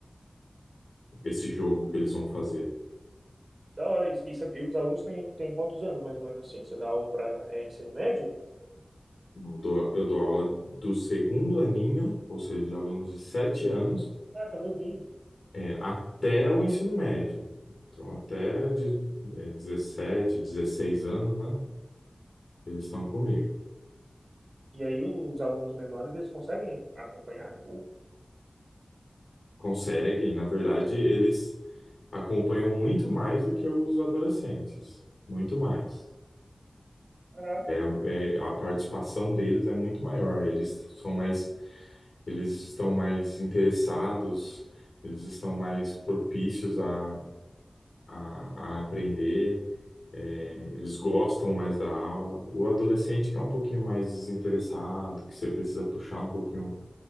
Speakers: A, on the left (about 85°); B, on the right (about 55°).
A: esse jogo que eles vão fazer, né?
B: Da hora, e, e, sabe- e os alunos têm, têm quantos anos, mais ou menos assim? Você dá aula para ensino médio?
A: Eu dou, eu dou aula do segundo aninho, ou seja, de alunos de sete anos,
B: Ah, tá novinho.
A: é, até o ensino médio. Então, até de, é, 17, 16 anos, né? Eles estão comigo.
B: E aí os alunos menores, eles conseguem acompanhar? Pô,
A: Conseguem, na verdade, eles acompanham muito mais do que os adolescentes, muito mais.
B: caraca,
A: É, é- a participação deles é muito maior. Eles são mais, eles estão mais interessados, eles estão mais propícios a, a, a aprender. é, eles gostam mais da aula. O adolescente que é um pouquinho mais desinteressado, que você precisa puxar um pouquinho